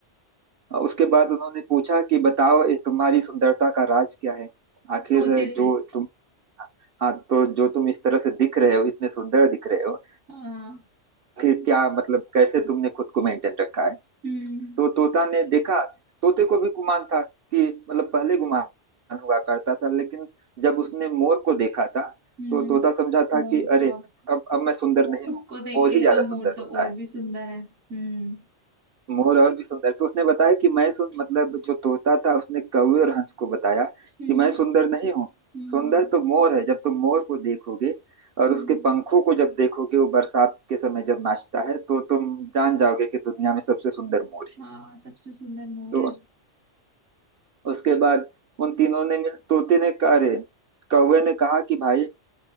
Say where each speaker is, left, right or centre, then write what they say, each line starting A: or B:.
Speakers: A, on the right; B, on the right.
A: अ, उसके बाद उन्होंने पूछा कि बताओ इस तुम्हारी सुंदरता का राज क्या है आखिर
B: तोते से
A: जो तुम हाँ तो जो तुम इस तरह से दिख रहे हो इतने सुंदर दिख रहे हो
B: हाँ
A: आखिर क्या मतलब कैसे तुमने खुद को मेंटेन रखा है
B: हम्म
A: तो तोता ने देखा तोते को भी गुमान था कि मतलब पहले गुमान हुआ करता था लेकिन जब उसने मोर को देखा था
B: हम्म
A: तो तोता समझा था
B: मोर
A: कि अरे
B: तो अब
A: अब अब मैं सुंदर नहीं
B: उसको
A: हूँ
B: देख
A: मोर
B: के
A: ही ज्यादा
B: लगा मोर
A: सुंदर
B: तो
A: होता
B: और
A: है
B: भी सुंदर है हम्म
A: मोर और भी सुंदर तो उसने बताया कि मैं सुन मतलब जो तोता था उसने कौवे और हंस को बताया
B: हम्म
A: कि मैं सुंदर नहीं हूँ
B: हम्म
A: सुंदर तो मोर है जब तुम मोर को देखोगे
B: हम्म
A: और उसके पंखों को जब देखोगे वो बरसात के समय जब नाचता है तो तुम जान जाओगे कि दुनिया में सबसे सुंदर मोर ही
B: हाँ
A: है
B: सबसे सुंदर मोर
A: तो
B: है
A: उसके बाद उन तीनों ने मिल तोते ने कहा अरे कौवे ने कहा कि भाई